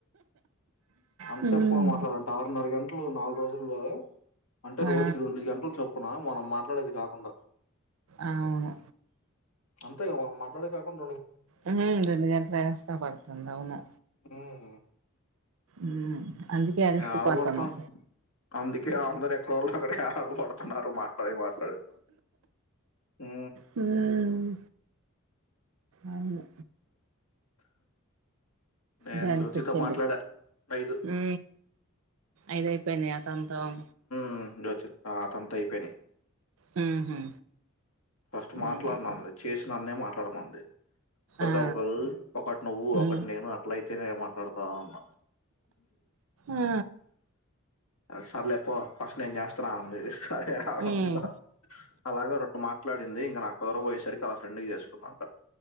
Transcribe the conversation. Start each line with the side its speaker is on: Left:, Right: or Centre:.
Left: అంచేఫ్
Right: హ్మ్
Left: ఫోన్ మాట్లాడంట ఆరున్నర గం ట్లు నాల్రోజులు <unintelligible> అంటే రోజుకు
Right: ఆ
Left: రెండు గంట్లు చప్ మా మనం మాట్లాడేది కాకుండా
Right: అవ్ ను
Left: అంతేగ మనం మాట్లాడెదికాకున్
Right: ఆ రెండు గంట్లు ఎక్స్టా పడుతుంది ఔను.
Left: ఉమ్
Right: ఉ అందుకే అల్సిపోత్తనం.
Left: ఆడబడతాం అందుకే ఆందరు రెక్కరోళ్ అకడే టాలు బడుతున్నారు మాట్లాడి మాట్లాడి, ఉ
Right: హ్మ్ అవును
Left: నేను
Right: దే అన్పించింది,
Left: జ్యోతితో మాట్లాడా ఐదు
Right: ఉ ఐదెద్ పెన్యాతంతం.
Left: హు జ్యోతిత్ అ అతన్తో అయిపెయ్ నయ్.
Right: హ్మ్ హు
Left: ఫస్ట్
Right: హ్మ్
Left: మాట్లాన్నాన్ ని చేస్ నన్నే మాట్లాడమంది. కుదర్దు
Right: ఆ
Left: ఒకట్ నువ్వు
Right: హ్మ్
Left: ఒకట్ నేను అట్లైయితేనే ఇగ మాట్లాడతా అన్నా
Right: ఆ
Left: సర సరలేపో ఫస్ట్ నేను చేస్తన్నా <unintelligible> హా హా
Right: హ్మ్
Left: అమ్మ అలాగే రెండు మాట్లాడింది ఇంకా నాకు పోరపోయేసరికి తన ఫ్రెండ్ కు చేసుకోకంట